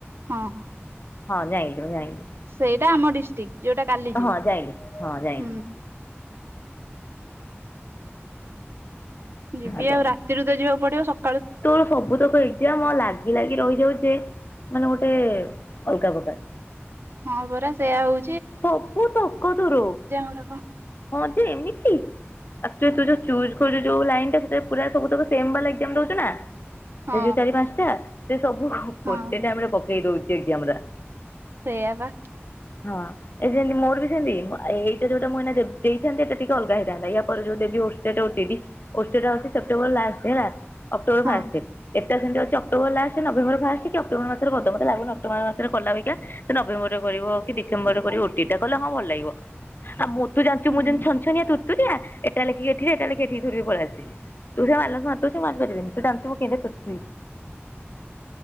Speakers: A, on the right; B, on the left.
A: ହଁ।
B: ହଁ ଯାଇଁ। ଯାଇକି
A: ସେଇଟା ଆମ ଡିଷ୍ଟ୍ରିକ୍ଟ ଯୋଉଟା କାଲି ଯିବି
B: ହଁ ଯାଇଲିି ହଁ ଯାଇଲି।
A: ହୁଁ ଯିବି
B: ଭଲ
A: ଆଉ ରାତିରୁ ତ ଯିବାକୁ ପଡିବ ସ
B: ତୋର ସବୁତକ ଏକ୍ଜାମ୍ ଲାଗି ଲାଗି ରହିଯାଉଛେ ଯେ ମାନେ ଗୋଟେ ଅଲଗା ପ୍ରକାର।
A: ହଁ ପରା ସେଇୟା ହଉ
B: ସବୁ ତକ ତୋର
A: ଗୁରାକ
B: ହଁ ଯେ ଏମିତି ଏକ୍ଟୁଆଲି ତୁ ଯୋଉ ଚୂଜ କରିଚୁ ଯୋଉ ଲାଇନଟା ସେଥିରେ ପୁରା ସବୁତକ ସେମ ବାଲା ଏକ୍ସାମ୍ ଦଉଛୁ ନା?
A: ହଁ
B: ସେ ଯୋଉ ଚାରି ପାଞ୍ଚଟା ସେ ସବୁ
A: ହଁ
B: ଗୋଟେ ଟାଇମରେ ପକେଇ ଦଉଚି ଏକ୍ଜାମଗୁରା।
A: ସେୟାଵା।
B: ହଁ। ଏ ଯେମିତି ମୋର ବି ସେମତି ଏଇଟା ଯୋଉଟା ଏଇନା ଦେଇଥାନ୍ତି ଏଇଟା ଟିକେ ଅଲଗା ହେଇଥାନ୍ତା ଏହା ପରେ ଓ ଟେଡି ଓଷ୍ଟେ ଟା ହଉଚି ସେପ୍ଟେମ୍ବର ଲାଷ୍ଟରେ ହେଲା ଅକ୍ଟୋବର
A: ହଁ
B: ଫାଷ୍ଟ। ଏ ମୋତେ ଯେମିତି ଲାଗୁଚି ଅକ୍ଟୋବର ଲାଷ୍ଟ ନଭେମ୍ୱର ଫାଷ୍ଟ କି ଅକ୍ଟୋବର ମାସରେ କରିଦବ। ମୋତେ ଲାଗୁନି ଅକ୍ଟୋବର ମାସରେ କଲାପିକା ସେ ନଭେମ୍ବରରେ କରିବ କି ଡିସେମ୍ୱରରେ କରିବ ଓ ଟି ଇ ଟି ଟା କଲେ ହଁ ଭଲ ଲାଗିବ, ଆଉ ମୁଁ ତ ଜାଣିଚୁ
A: ହୁଁ
B: ମୁଁ ଯୋଉ ଛନଛନିଆ। ତୁ ଯା ଏଟା ଲେଖି ଏଠି ଏଟା ଲେଖି ଧରି ପଲେଇ ଆସେ, ତୁ ଯୋଉ ମାଲସ ମାରିଦଉଚୁ ମୁଁ ମାରିପାରିବିନି। ତୁ ଜାଣିଚୁ ମୁଁ କେତେ ତୁରୁ ତୁରୀ,